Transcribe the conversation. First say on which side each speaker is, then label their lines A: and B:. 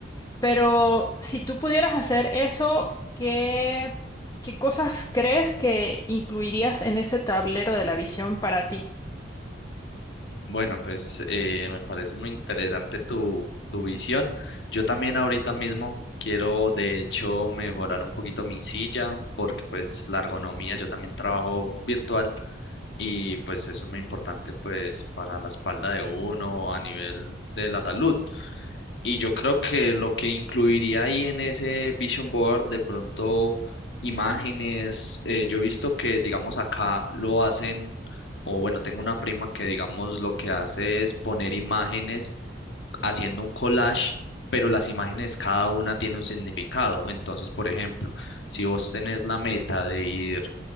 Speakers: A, on the left; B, on the left.
A: Pero si tú pudieras hacer eso, ¿qué, qué cosas crees que incluirías en ese tablero de la visión para ti?
B: bueno, pues eh, me parece muy interesante tu, tu visión. Yo también ahorita mismo quiero, de hecho, mejorar un poquito mi silla, porque pues la ergonomía, yo también trabajo virtual y pues eso es muy importante pues para la espalda de uno a nivel de la salud. Y yo creo que lo que incluiría ahí en ese vision board, de pronto imágenes, eh, yo he visto que, digamos, acá lo hacen, o bueno, tengo una prima que, digamos, lo que hace es poner imágenes haciendo un collage, pero las imágenes cada una tiene un significado. Entonces, por ejemplo, si vos tenés la meta de ir,